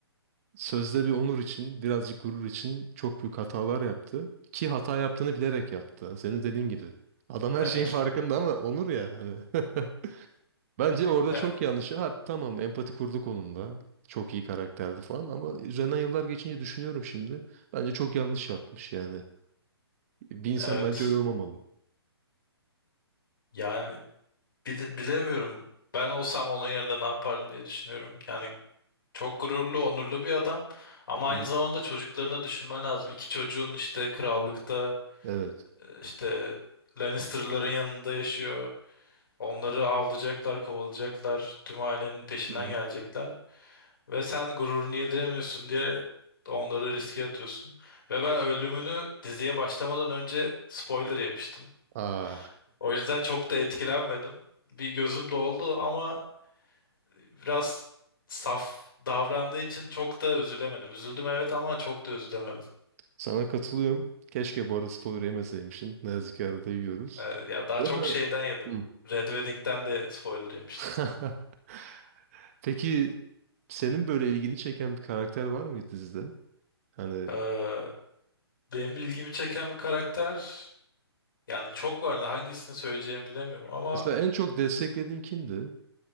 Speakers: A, on the right; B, on the left.
A: sözde bir onur için, birazcık gurur için çok büyük hatalar yaptı. Ki hata yaptığını bilerek yaptı. Senin dediğin gibi. Adam her
B: Evet.
A: şeyin farkında ama onur ya hani. <laughs> Bence orada
B: Ya
A: çok yanlış. Ha tamam empati kurduk onunla. Çok iyi karakterdi falan ama üzerinden yıllar geçince düşünüyorum şimdi. Bence çok yanlış yapmış yani. Bir insan
B: evet.
A: bence öyle olmamalı.
B: Yani bil- bilemiyorum. Ben olsam onun yerinde ne yapardım diye düşünüyorum. Yani çok gururlu, onurlu bir adam ama
A: Hı
B: aynı
A: hı.
B: zamanda çocuklarını düşünmen lazım. İki çocuğun işte krallıkta
A: Evet.
B: İşte Lannister'ların yanında yaşıyor. Onları avlayacaklar, kovalayacaklar. Tüm ailenin peşinden
A: Hı hı.
B: gelecekler. Ve sen gururunu yediremiyorsun diye onları riske atıyorsun. Ve ben ölümünü diziye başlamadan önce spoiler yemiştim.
A: Aa,
B: O yüzden çok da etkilenmedim. Bir gözüm doldu ama biraz saf davrandığı için çok da üzülemedim. Üzüldüm evet ama çok da üzülemedim.
A: sana katılıyorum. Keşke bu arada spoiler yemeseymişsin. Ne yazık ki arada yiyoruz.
B: Ee, ya daha
A: Bu
B: çok
A: arada...
B: şeyden yedim.
A: Hı.
B: Red Wedding'den de spoiler yemiştim.
A: <laughs> Peki senin böyle ilgini çeken bir karakter var mıydı dizide? Hani
B: Ee, Benim ilgimi çeken bir karakter yani çok var da hangisini söyleyeceğimi bilemiyorum ama
A: mesela en çok desteklediğin kimdi?